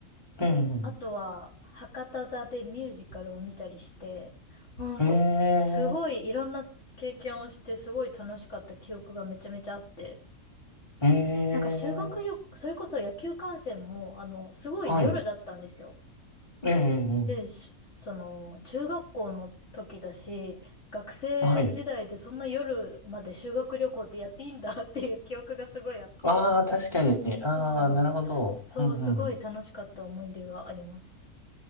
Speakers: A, on the left; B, on the left.
A: ええ、
B: あとは、博多座でミュージカルを見たりして、もうなんか、
A: ええ、
B: すごいいろんな経験をして、すごい楽しかった記憶がめちゃめちゃあって、
A: ええ、
B: なんか修学旅行、それこそ野球観戦も、あの、すごい夜だったんですよ。
A: はい。ええ、ええ
B: で、しその、中学校の時だし、学生時代でそんな夜まで修学旅行ってやっていいんだ
A: はい。
B: <laughs> っていう記憶がすごいあって。
A: ああ、確かに。ああ、
B: そう、
A: なるほど。
B: そう、
A: うんうん。
B: すごい楽しかった思い出があります。